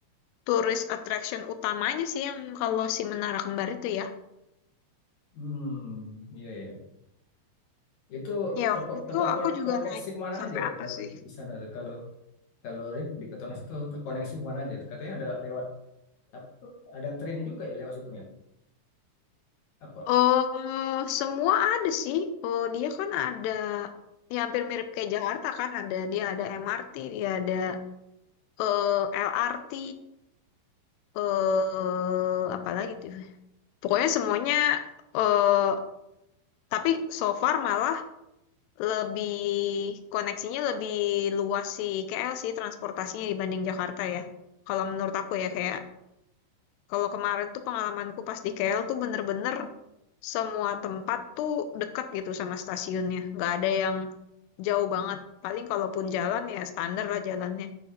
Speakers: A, on the left; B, on the left.
A: tourist attraction utamanya sih yang kalau si Menara Kembar itu ya
B: Hmm, iya iya. iya. Itu
A: ya
B: terko-
A: waktu itu
B: terkoneksi
A: aku juga naik
B: kemana
A: sampai
B: aja tuh
A: apa
B: kalau
A: sih
B: di sana tuh kalau kalau di di Petronas itu terkoneksi kemana aja tuh katanya ada lewat apa tuh ada train juga ya lewat situnya apa?
A: Oh, semua ada sih. Oh, dia kan ada ya hampir mirip kayak Jakarta kan ada dia ada MRT, dia ada eh, LRT, eh apalagi tuh. Pokoknya semuanya eh tapi so far malah lebih koneksinya lebih luas sih KL sih transportasinya dibanding Jakarta ya. Kalau menurut aku ya kayak kalau kemarin tuh pengalamanku pas di KL tuh bener-bener semua tempat tuh deket gitu sama stasiunnya. Nggak ada yang jauh banget. Paling kalaupun jalan ya standar lah jalannya.